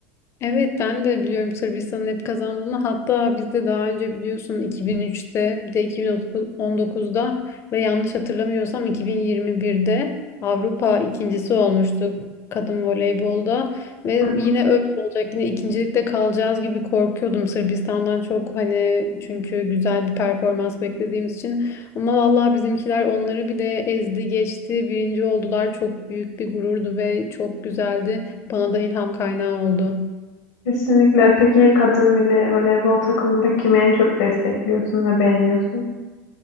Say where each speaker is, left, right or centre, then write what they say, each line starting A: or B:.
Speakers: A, on the left (about 40°); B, on the left (about 85°).
A: Evet ben de biliyorum Sırbistan'ın hep kazandığını. Hatta biz de daha önce biliyorsun 2003'te bir de 2019'da ve yanlış hatırlamıyorsam 2021'de Avrupa ikincisi olmuştuk kadın voleybolda ve
B: Hı
A: yine
B: hı.
A: öyle olacak yine ikincilikte kalacağız gibi korkuyordum Sırbistan'dan çok hani çünkü güzel bir performans beklediğimiz için ama vallahi bizimkiler onları bile ezdi geçti birinci oldular çok büyük bir gururdu ve çok güzeldi bana da ilham kaynağı oldu.
B: Kesinlikle. Peki kadın milli voleybol takımında kimi en çok destekliyorsun ve beğeniyorsun?